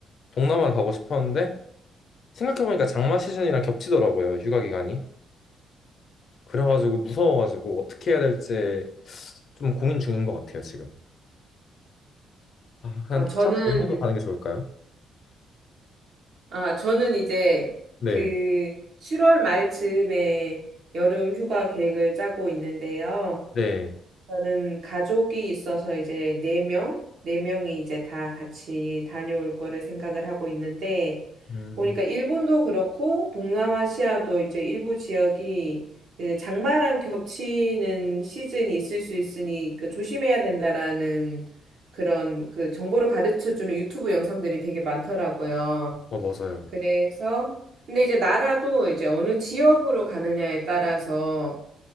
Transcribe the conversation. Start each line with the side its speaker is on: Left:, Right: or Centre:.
Left: 동남아를 가고 싶었는데 생각해보니까 장마 시즌이랑 겹치더라고요. 휴가 기간이. 그래가지고 무서워가지고 어떻게 해야 될지 좀 고민 중인 것 같아요, 지금. 아, 한
Right: 어,
Left: 다시
Right: 저는,
Left: 한번 일본으로 가는 게 좋을까요?
Right: 아, 저는 이제
Left: 네.
Right: 그 7월 말 즈음에 여름 휴가 계획을 짜고 있는데요.
Left: 네.
Right: 저는 가족이 있어서 이제 네 명, 네 명이 이제 다 같이 다녀올 거를 생각을 하고 있는데
Left: 음,
Right: 보니까 일본도 그렇고 동남아시아도 이제 일부 지역이 그 장마랑 겹치는 시즌이 있을 수 있으니 그 조심해야 된다라는 그런 그 정보를 가르쳐 주는 유튜브 영상들이 되게 많더라고요.
Left: 어, 맞아요.
Right: 그래서 근데 이제 나라도 이제 어느 지역으로 가느냐에 따라서